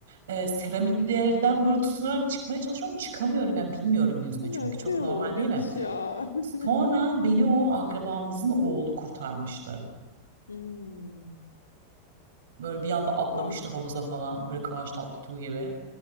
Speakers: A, on the right; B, on the left.
A: e, seramiklerden böyle tutunarak çıkmaya çalışıyorum. Çıkamıyorum yani bilmiyorum yüzme çünkü
B: ya
A: çok
B: kıyamam
A: normal değil
B: bebiş
A: mi?
B: ya. <laughs>
A: Sonra beni o akrabamızın oğlu kurtarmıştı.
B: Hmm.
A: Böyle bir anda atlamıştı
B: Ben
A: havuza falan. Böyle Kıvanç Tatlıtuğ gibi.